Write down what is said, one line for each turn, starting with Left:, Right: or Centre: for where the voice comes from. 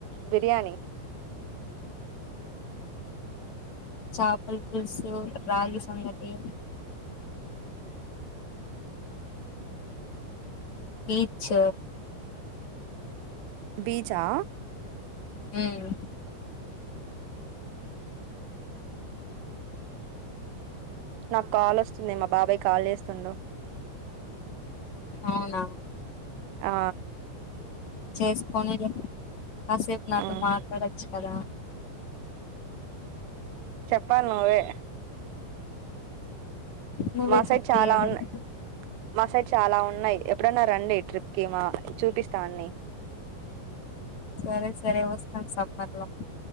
Right: బిర్యాణి
Left: చాపల్ పులుసు రాగి సంగటి పీచ్
Right: బీజా
Left: ఉమ్
Right: నాకు కాల్ వస్తుంది మా బాబాయ్ కాల్ చేస్తుండో
Left: అవునా
Right: ఆ
Left: చేసుకొనిలే కాసేపు నాతో
Right: మ్
Left: మాట్లాడచ్చు కదా?
Right: చెప్పాలి నువ్వే
Left: నువ్వే
Right: మా సైడ్
Left: చెప్పు
Right: చాలా
Left: ఏదో
Right: ఉన్నాయి.
Left: ఒకటి
Right: మా సైడ్ చాలా ఉన్నాయి ఎప్పుడన్న రండి ట్రిప్ కి మా చూపిస్తా అన్ని
Left: సరే సరే వస్తాం సమ్మర్ లో